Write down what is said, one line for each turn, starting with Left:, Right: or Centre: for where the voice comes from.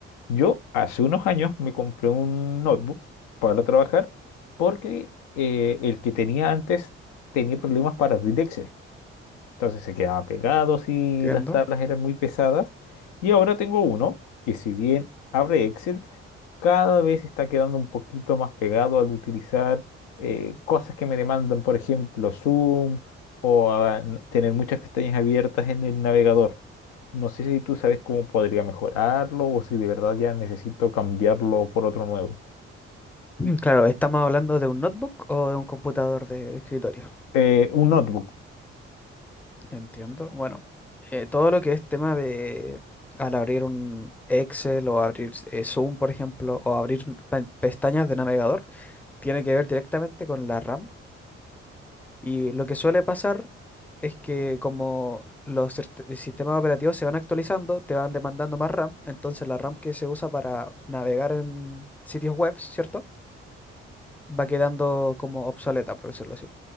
Left: Yo hace unos años me compré un notebook para trabajar porque eh, el que tenía antes tenía problemas para abrir Excel. Entonces se quedaba pegado si
Centre: Entiendo.
Left: las tablas eran muy pesadas. Y ahora tengo uno que si bien abre Excel, cada vez está quedando un poquito más pegado al utilizar eh, cosas que me demandan, por ejemplo, Zoom o a- n- tener muchas pestañas abiertas en el navegador. No sé si tú sabes cómo podría mejorarlo o si de verdad ya necesito cambiarlo por otro nuevo.
Centre: Mm, Claro, ¿estamos hablando de un notebook o de un computador de escritorio?
Left: Eh, un notebook.
Centre: Entiendo. Bueno, eh, todo lo que es tema de al abrir un Excel o abrir eh, Zoom, por ejemplo, o abrir pe- pestañas de navegador, tiene que ver directamente con la RAM Y lo que suele pasar es que como los sist- sistemas operativos se van actualizando, te van demandando más RAM, entonces la RAM que se usa para navegar en sitios web, ¿cierto? Va quedando como obsoleta, por decirlo así.